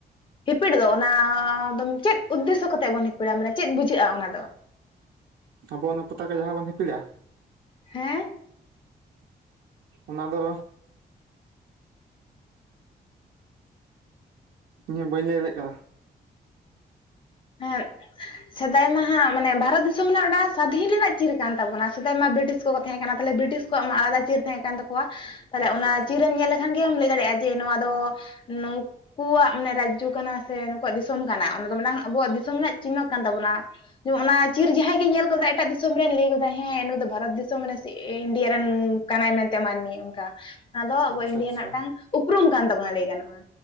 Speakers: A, on the left; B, on the right.
A: ᱦᱤᱯᱤᱲ ᱫᱚ ᱚᱱᱟ ᱫᱚᱢ ᱪᱮᱫ ᱩᱫᱽᱫᱮᱥᱥᱚ ᱠᱟᱛᱮᱫ ᱵᱚᱱ ᱦᱤᱯᱤᱲᱟ ᱢᱟᱱᱮ ᱪᱮᱫ ᱵᱩᱡᱷᱟᱹᱜᱼᱟ ᱚᱱᱟ ᱫᱚ
B: ᱟᱵᱚ ᱚᱱᱟ ᱯᱚᱛᱟᱠᱟ ᱡᱟᱦᱟᱸ ᱵᱚᱱ ᱦᱤᱯᱤᱲᱟ
A: ᱦᱮᱸ
B: ᱚᱱᱟ ᱫᱚ ᱤᱧ ᱦᱚᱸ ᱵᱟᱹᱧ ᱞᱟᱹᱭ ᱫᱟᱲᱭᱟᱜ ᱠᱟᱱᱟ
A: ᱟᱨ <inaudible> ᱥᱮᱫᱟᱭ ᱢᱟ ᱦᱟᱸᱜ ᱢᱟᱱᱮ ᱵᱷᱟᱨᱚᱛ ᱫᱤᱥᱚᱢ ᱨᱮᱱᱟᱜ ᱢᱤᱫᱴᱟᱝ ᱥᱟᱫᱷᱤᱱ ᱨᱮᱱᱟᱜ ᱪᱤᱨ ᱠᱟᱱ ᱛᱟᱵᱚᱱᱟ ᱥᱮᱫᱟᱭ ᱢᱟ ᱵᱨᱤᱴᱤᱥ ᱠᱚ ᱠᱚ ᱛᱟᱦᱮᱸ ᱠᱟᱱᱟ ᱛᱟᱦᱚᱞᱮ ᱵᱨᱤᱴᱤᱥ ᱩᱱᱠᱩ ᱣᱟᱜ ᱢᱟ ᱟᱞᱟᱫᱟ ᱪᱤᱨ ᱛᱟᱦᱮᱸ ᱠᱟᱱ ᱛᱟᱠᱚᱣᱟ ᱛᱟᱦᱚᱞᱮ
B: ᱟᱪᱪᱷᱟ
A: ᱚᱱᱟ
B: ᱟᱪᱪᱷᱟ
A: ᱪᱤᱨᱮᱢ ᱧᱮᱞ ᱞᱮᱠᱷᱟᱱ ᱜᱮᱢ ᱞᱟᱹᱭ ᱫᱟᱲᱮᱭᱟᱜᱼᱟ ᱡᱮ ᱱᱚᱣᱟ ᱫᱚ ᱱᱩᱠᱩᱣᱟᱜ ᱢᱟᱱᱮ ᱨᱟᱡᱽᱡᱚ ᱠᱟᱱᱟ ᱥᱮ ᱱᱩᱠᱩᱣᱟᱜ ᱫᱤᱥᱚᱢ ᱠᱟᱱᱟ ᱚᱱᱟ ᱫᱚ ᱢᱮᱱᱟᱝ ᱟᱵᱚᱣᱟᱜ ᱫᱤᱥᱚᱢ ᱨᱮᱱᱟᱜ ᱪᱤᱱᱱᱚ ᱠᱟᱱ ᱛᱟᱵᱚᱱᱟ ᱡᱮᱢ <inaudible> ᱚᱱᱟ ᱪᱤᱨ ᱡᱟᱦᱟᱸᱭ ᱜᱮ ᱧᱮᱞ ᱜᱚᱫᱟᱭ ᱮᱴᱟᱜ ᱫᱤᱥᱚᱢ ᱨᱮᱱ ᱞᱟᱹᱭ ᱫᱚᱫᱟᱭ ᱦᱮᱸ ᱱᱩᱭ ᱫᱚ ᱵᱷᱟᱨᱚᱛ ᱫᱤᱥᱚᱢ ᱢᱟᱱᱮ <unintelligible> ᱤᱱᱰᱤᱭᱟ ᱨᱮᱱ ᱠᱟᱱᱟᱭ ᱢᱮᱱᱛᱮ ᱢᱟᱹᱱᱢᱤ ᱚᱱᱠᱟ ᱚᱱᱟ ᱫᱚ ᱟᱵᱚ
B: ᱟᱪᱪᱷᱟ
A: ᱤᱱᱰᱤᱭᱟ
B: ᱟᱪᱪᱷᱟ
A: ᱨᱮᱱᱟᱜ ᱢᱤᱫᱴᱟᱝ ᱩᱯᱨᱩᱢ ᱠᱟᱱ ᱛᱟᱵᱚᱱᱟ ᱞᱟᱹᱭ ᱜᱟᱱᱚᱜᱼᱟ